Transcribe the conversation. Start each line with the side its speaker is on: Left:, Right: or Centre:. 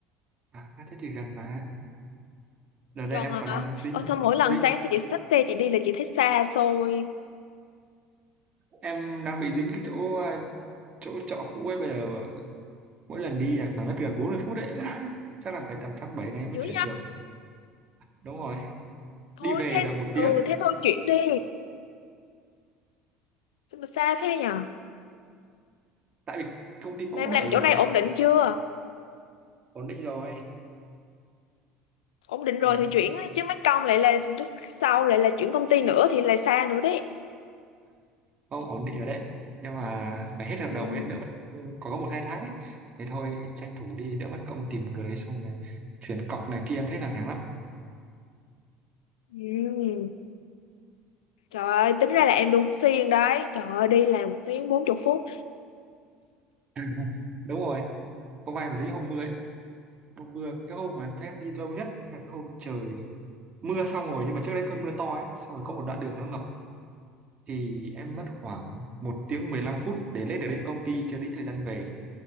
Right: à thế thì gần mà đợt đây
Left: Gần
Right: em còn
Left: à.
Right: đang dính
Left: Ờ, xong mỗi lần
Right: dính
Left: sáng của chị xách xe chị đi là chị thấy xa xôi
Right: em đang bị dính cái chỗ à, chỗ trọ cũ ấy bây giờ mỗi lần đi là phải mất gần 40 phút đấy <laughs> chắc là phải tầm tháng 7 này em mới
Left: dữ
Right: chuyển được đúng rồi
Left: thôi
Right: đi về
Left: thế
Right: là một
Left: ừ
Right: tiếng
Left: thế thôi chuyển đi Sao mà xa thế nhở
Right: tại vì công ty cũ
Left: mà em
Right: nó
Left: làm
Right: ở gần
Left: chỗ này
Right: đấy
Left: ổn định chưa
Right: ổn định rồi
Left: ổn định
Right: ổn
Left: rồi thì chuyển
Right: <laughs> định
Left: ấy, chứ mất công lại là lúc sau lại là chuyển công ty nữa thì lại xa nữa đấy
Right: không ổn định rồi đấy nhưng mà phải hết hợp
Left: ừ.
Right: đồng ấy đỡ mất công, có có một hai tháng ấy thế thôi tranh thủ đi đỡ mất công tìm người ấy, xong rồi chuyển cọc này kia em thấy là ngán lắm
Left: Ừ. trời ơi tính ra là em đúng xuyên đấy trời ơi đi làm một tiếng bốn chục phút
Right: <laughs> đúng rồi hôm nay mà dính hôm mưa ấy hôm mưa cái hôm mà em thấy em đi lâu nhất là cái hôm trời mưa xong rồi nhưng mà trước đấy cơn mưa to ấy xong rồi có một đoạn đường nó ngập thì em mất khoảng một tiếng 15 phút để lên được đến công ty chưa tính thời gian về